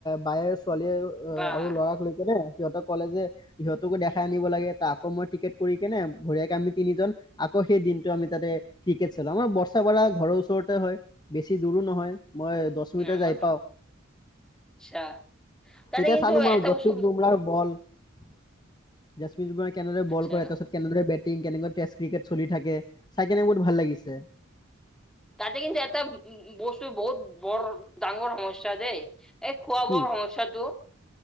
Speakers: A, on the left; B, in the centre.
A: বায়েচ ছোৱালীয়ে
B: বাহ
A: আৰু ল'ৰাক লৈকে নে। সিহঁতে ক'লে যে সিহঁতকো দেখাই আনিব লাগে ত আকৌ মই টিকেট কৰি কেনে বঢ়িয়াকে আমি তিনিজন আকৌ সেই দিনটো আমি তাতে ক্ৰিকেট চালো আমাৰ বৰ্ষাপাৰা ঘৰৰ ওচৰতে হয়, বেছি দূৰো নহয়। মই দহ মিনিটত
B: নাই আমাৰ
A: যাই পাওঁ।
B: আচ্ছা তাতে
A: তেতিয়া
B: কিন্তু
A: চালো মই
B: এটা
A: <unintelligible>
B: বস্তু
A: বমলাৰ বল জশপ্ৰীত বুমৰাই কেনেদৰে
B: আচ্ছা
A: বল কৰে, তাৰপিছত কেনেদৰে বেট -টিং কেনেকুৱা টেষ্ট ক্ৰিকেট চলি থাকে চাই কেনে বহুত ভাল লাগিছে।
B: তাতে কিন্তু এটা বস্তু বহুত বৰ ডাঙৰ সমস্যা। দেই এই খোৱা
A: কি
B: বোৱা সমস্যাটো,